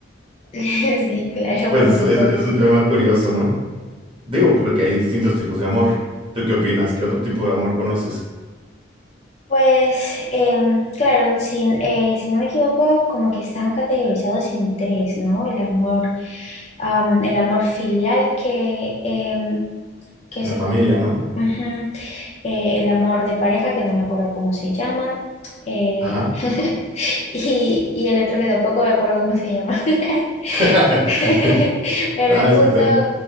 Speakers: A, on the left (about 35°); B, on the right (about 30°).
A: <laughs> Sí, claro,
B: Pues
A: por
B: es,
A: supuesto.
B: es- es un tema curioso, ¿no? Digo, porque hay distintos tipos de amor. ¿Tú qué opinas? ¿Qué otro tipo de amor conoces?
A: Pues, em, claro, si, eh, si no me equivoco, como que están categorizados en tres, ¿no? El amor, am, el amor filial que, em, que
B: La
A: se,
B: familia,
A: co-
B: ¿no?
A: ujú, eh, el amor de pareja, que no me acuerdo cómo se llama, eh,
B: Ajá.
A: <laughs> y, y el otro que tampoco me acuerdo cómo se llama. <laughs>
B: <laughs>
A: <laughs> Pero
B: Ah,
A: el punto,
B: es- está bien.